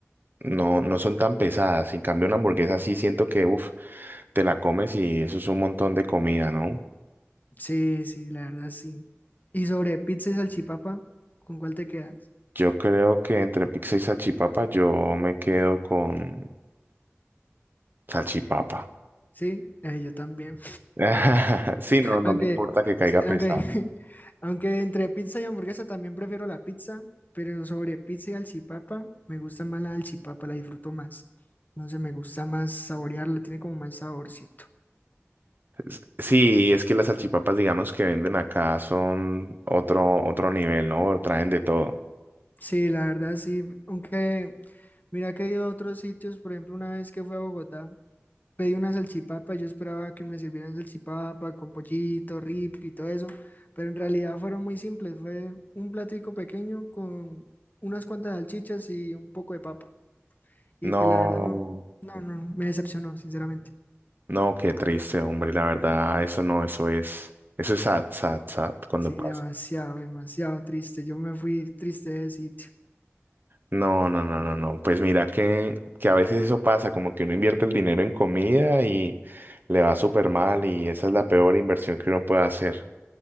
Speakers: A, on the right (about 45°); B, on the left (about 40°).
A: no, no son tan pesadas. En cambio, una hamburguesa sí siento que, uff, te la comes y eso es un montón de comida, ¿no?
B: Sí, sí, la verdad sí. Y sobre pizza y salchipapa, ¿con cuál te quedas?
A: Yo creo que entre pizza y salchipapa yo me quedo con salchipapa.
B: Sí, eh, yo también.
A: <laughs> Sí, no, no
B: Aunque,
A: me importa que caiga
B: se-
A: pesado.
B: aunque, <laughs> aunque entre pizza y hamburguesa también prefiero la pizza, pero sobre pizza y alchipapa me gusta más la alchipapa, la disfruto más. No sé, me gusta más saborearla, tiene como más saborcito.
A: S- Sí, es que las salchipapas, digamos, que venden acá son otro, otro nivel, ¿no? Traen de todo.
B: Sí, la verdad sí, aunque mira que he ido a otros sitios, por ejemplo, una vez que fui a Bogotá, pedí una salchipapa y yo esperaba que me sirvieran salchipapa con pollito, rip y todo eso, pero en realidad fueron muy simples, fue un platico pequeño con unas cuantas salchichas y un poco de papa. Y
A: No.
B: pues la verdad no, no, no, me decepcionó, sinceramente.
A: No, qué triste, hombre, la verdad, eso no, eso es, eso es sad, sad, sad cuando
B: Sí,
A: pasa.
B: demasiado, demasiado triste. Yo me fui triste de sitio.
A: No, no, no, no, no, pues mira que, que a veces eso pasa, como que uno invierte el dinero en comida y le va súper mal y esa es la peor inversión que uno puede hacer.